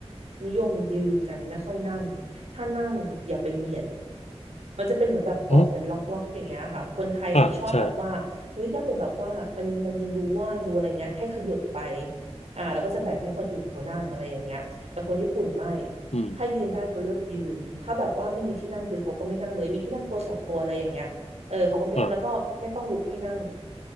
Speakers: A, on the right (about 70°); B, on the left (about 75°).
A: นิยมยืนกันไม่ค่อยนั่งถ้านั่งอย่าไปเบียด มันจะเป็นเหมือนแบบเบาะเป็นล็อกๆอย่างเงี้ยค่ะคนไทยเราชอบแบบว่าเฮ้ยถ้าเปิดแบบว่ามันมันยังดูว่างดูอะไรเงี้ยให้ขยับไป
B: อ๋ออ่าใช่
A: อ่าแล้วก็จะแบ่งให้คนอื่นเขานั่งอะไรอย่างเงี้ยแต่คนญี่ปุ่นไม่
B: อืม
A: ถ้ายืนได้เขาเลือกยืนถ้าแบบว่าไม่มีที่นั่งคือเขาก็ไม่นั่งเลยมีที่นั่งตัวสองตัวอะไรอย่างเงี้ยเออเขาก็ไม่นั่งแล้วก็ไม่ต้องลุกให้นั่ง
B: อ่า